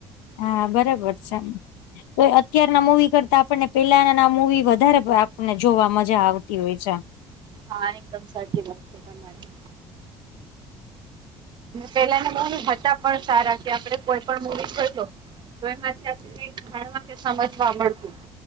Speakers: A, on the left; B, on the right.
A: હા બરાબર છે, તો અત્યારના મુવી કરતા આપણને પેલા આ મુવી વધારે આપને જોવા મજા આવતી હોય છે.
B: હા એકદમ સાચી વાત છે, તમારી પેલાના મૂવી હતા હતા પણ સારા છે, આપે કોઈ પણ મૂવી ખઈ લો તો એમાંથી ઘણ સમજવા મળતુ